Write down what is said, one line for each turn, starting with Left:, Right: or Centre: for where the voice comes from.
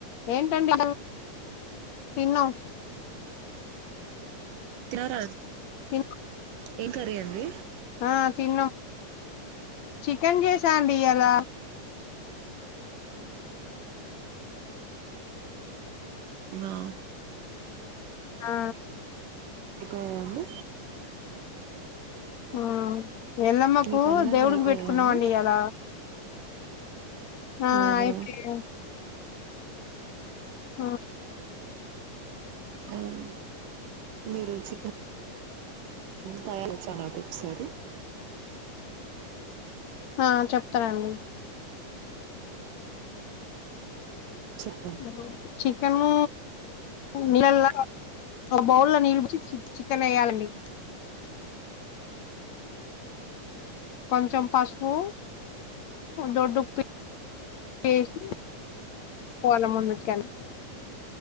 Left: ఏంటండి తిన్నాం
Right: తినార
Left: తిన్నాం
Right: ఏం కర్రీ అండి
Left: ఆ తిన్నాం చికెన్ జేసా అండీ ఇయాల
Right: వావ్
Left: ఆ
Right: అయిపోయాయ అండి
Left: ఆ ఎళ్ళమ్మకు
Right: మీ పనులన్నీ
Left: దేవుడికి
Right: అయిపోయాయండి
Left: పెట్టుకున్నామండి ఇయాల ఆ
Right: అవునా
Left: అయిపోయ్యు హ్మ్
Right: హ్మ్ మీరు చికె తయారచ్చ నాకొకసారి
Left: ఆ చెప్తనండి
Right: చెప్పండి
Left: అ చికెను నీళ్ళల్లో ఒక బౌల్లో నీళ్లు బోసి చికెన్ వేయాలండి కొంచం పసుపు దొడ్డుప్పు ఏసి కోలం ముందు చికెన్